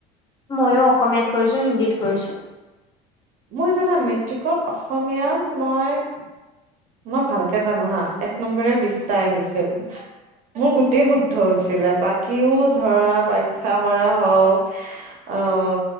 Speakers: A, on the left (about 25°); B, on the right (about 50°).
A: মইয়ো অসমীয়াত কৰিছো হিন্দীত কৰিছো
B: মই জানা মেট্ৰিকত অসমীয়াত মই মই ভালকে জানো হা এক নম্বৰে বিশটা আহিছিল মোৰ গোটেই শুদ্ধ হৈছিলে বাকীও ধৰা ব্যাখা কৰা হওক আহ